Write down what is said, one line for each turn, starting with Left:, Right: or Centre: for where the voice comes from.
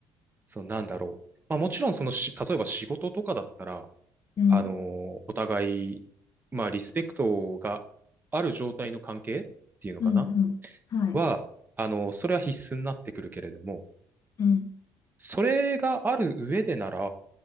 Right: そうなんだろう。まあもちろんそのし、例えば仕事とかだったら、
Left: うん。
Right: あのーお互い、まあリスペクトがある状態の関係っていうのかな
Left: うんうん。はい。
Right: は、あのーそれは必須になってくるけれども、
Left: うん。
Right: それがある上でなら、